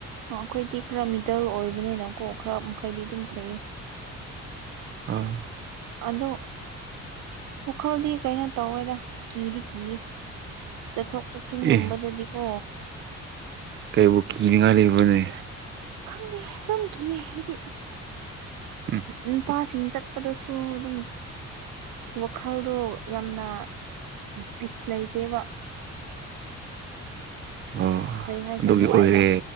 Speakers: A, on the right; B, on the right.
A: ꯑꯩꯈꯣꯏꯗꯤ ꯈꯔ ꯃꯤꯗꯜ ꯑꯣꯏꯕꯅꯤꯅꯀꯣ ꯈꯔ ꯃꯈꯩꯗꯤ ꯑꯗꯨꯝ ꯐꯩ
B: ꯑꯣ
A: ꯑꯗꯣ ꯋꯥꯈꯜꯗꯤ ꯀꯩꯅꯣ ꯇꯧꯋꯦꯗ ꯀꯤꯗꯤ ꯀꯤꯌꯦ ꯆꯠꯊꯣꯛ ꯆꯠꯁꯤꯟꯒꯨꯝꯕꯗꯗꯤꯀꯣ
B: ꯑꯦ ꯀꯩꯕꯨ ꯀꯤꯅꯤꯡꯉ ꯂꯩꯕꯅꯦ
A: ꯈꯪꯗꯦ ꯑꯗꯨꯝ ꯀ ꯍꯥꯏꯗꯤ
B: ꯎꯝ
A: ꯅꯨꯄꯥꯁꯤꯡ ꯆꯠꯄꯗꯁꯨ ꯑꯗꯨꯝ ꯋꯥꯈꯜꯗꯣ ꯌꯥꯝꯅ ꯄꯤꯁ ꯂꯩꯇꯦꯕ
B: ꯑꯣ
A: ꯀꯩ ꯍꯥꯏꯁꯅꯣꯉꯥꯏꯅ
B: ꯑꯗꯨꯒꯤ ꯑꯣꯏꯔꯦ